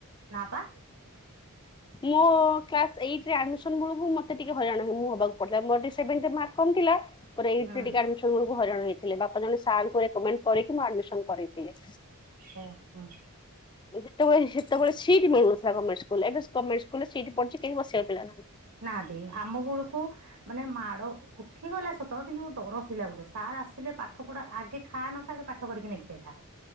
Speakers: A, on the right (about 70°); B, on the left (about 20°).
A: ନା ପା।
B: ମୁ କ୍ଲାସ ଏଇଟି ରେ ଆଡମିଶନ୍ ମତେ ଟିକେ ହଇରାଣ ହବାକୁ ପଡିଥିଲା ମୋର ମାର୍କ କମ ଥିଲା। ମୁ ଏଇଟ
A: ହୁଁ
B: ରେ ଟିକେ ଆଡମିଶନ୍ ବୋଲୁକୁ ହଇରାଣ ହେଇଥିଲି ବାପା ଜଣେ ସାର ଙ୍କୁ କହିକି ଆଡ଼ମିସନ କରିଥିଲେ।
A: ହଁ ହୁଁ
B: ଯେତେବେଳେ ସେତବେଳେ ସିଟ ମିଳୁନଥିଲା ଗମେଣ୍ଟ ସ୍କୁଲ ଏବେ ସବୁ ଗମେଣ୍ଟ ସ୍କୁଲରେ ସିଟ ପଢିଚି କେହି ବସିବାକୁ ପିଲାନାହାନ୍ତି
A: ନାହାନ୍ତି ଆମ ବେଳକୁ ମାନେ ମାଡ ଉଠି ଗଲା ସତ କିନ୍ତୁ ଡର ଥିଲା ଗୋଟେ ସାର୍ ଆସିଲେ ପାଠ ପଢା ଆଗେ ଖା ନଖା ଆଗ ପାଠ କରିକି ନେଇକି ଯାଇଥା